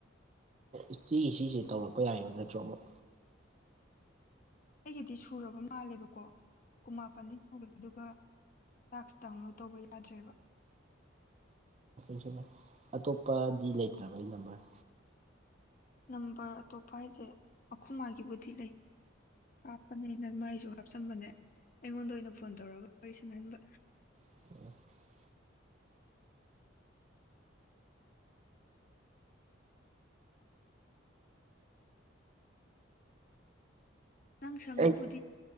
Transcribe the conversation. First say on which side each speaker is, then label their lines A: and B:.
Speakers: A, on the right; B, on the left.
A: ꯏꯆꯦ ꯁꯤꯁꯦ ꯇꯧꯔꯛꯄ ꯌꯥꯔꯤꯕ ꯅꯠꯇ꯭ꯔꯣ ꯑꯃꯨꯛ
B: ꯑꯩꯒꯤꯗꯤ ꯁꯨꯔꯕ ꯃꯥꯜꯂꯦꯕꯀꯣ ꯀꯨꯃꯥꯄꯥꯟꯗꯤ ꯁꯨꯒ꯭ꯔꯦ ꯑꯗꯨꯒ ꯇꯥꯛ꯭ꯁ ꯗꯥꯎꯟꯂꯣꯗ ꯇꯧꯕ ꯌꯥꯗ꯭ꯔꯦꯕ
A: <unintelligible> ꯑꯇꯣꯞꯄꯗꯤ ꯂꯩꯇ꯭ꯔꯕ ꯅꯝꯕꯔ
B: ꯅꯝꯕꯔ ꯑꯇꯣꯞꯄ ꯍꯥꯏꯁꯦ ꯑꯩꯈꯣꯏ ꯃꯥꯒꯤꯕꯨꯗꯤ ꯂꯩ ꯍꯥꯞꯄꯅꯦꯅ ꯃꯥꯏꯁꯨ ꯍꯥꯞꯆꯟꯕꯅꯦ ꯑꯩꯉꯣꯟꯗ ꯑꯣꯏꯅ ꯐꯣꯟ ꯇꯧꯔꯒ ꯋꯥꯔꯤ ꯁꯥꯅꯍꯟꯕ
A: <unintelligible>
B: ꯅꯪ ꯁꯪꯉꯕꯨꯗꯤ
A: ꯑꯩ